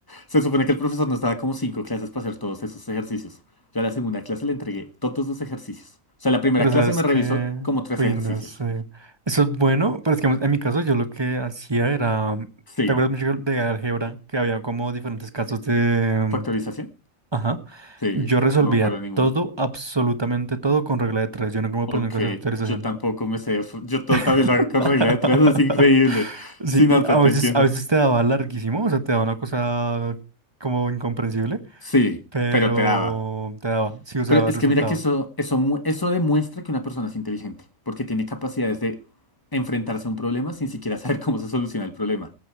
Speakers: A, on the left; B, on the right.
A: se supone que el profesor nos daba como cinco clases para hacer todos esos ejercicios. Yo a la segunda clase le entregué todos los ejercicios. O sea, la primera
B: Pero
A: clase
B: sabes
A: me revisó
B: que,
A: como tres
B: uy,
A: ejercicios.
B: no sé. Eso es bueno, pero es que en mi caso yo lo que hacía era,
A: Sí.
B: ¿te acuerdas mucho de álgebra? Que había como diferentes casos de...
A: ¿Factorización?
B: Ajá.
A: Sí.
B: Yo resolvía
A: No me acuerdo de ninguno.
B: todo, absolutamente todo con regla de tres. Yo no como aprendí
A: Ok,
B: cosas de factorización.
A: yo tampoco me sé. f- Yo todo
B: <laughs>
A: también lo hago con regla de tres, es increíble.
B: Sí,
A: Sí, no,
B: y
A: te
B: a
A: te
B: veces,
A: entiendo.
B: a veces te daba larguísimo, o sea, te daba una cosa como incomprensible,
A: Sí,
B: pero
A: pero te daba.
B: te daba, sí, o sea,
A: Pero
B: daba
A: es
B: el resultado.
A: que mira que eso, eso, mu- eso demuestra que una persona es inteligente, porque tiene capacidades de enfrentarse a un problema sin siquiera <laughs> saber cómo se soluciona el problema.